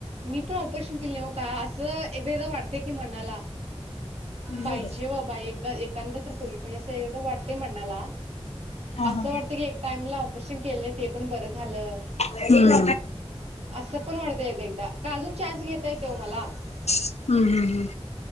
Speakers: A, on the right; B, on the left.
A: मी पण ऑपरेशन केले हो का असं एक एकदा वाटतय की मनाला
B: मुलगी
A: पाहिजे
B: होऊ दे
A: बाबा एकांत तर पोरगी पाहिजे अस वाटतय मनाला
B: हा हा
A: असं वाटतं की एक टाइमला ऑपरेशन केलं नाही ते पण बर झालं
B: हम्म
A: अस पण वाटत एक एकदा का अजून चान्स घेता येतव ओ मला
B: हम्म हम्म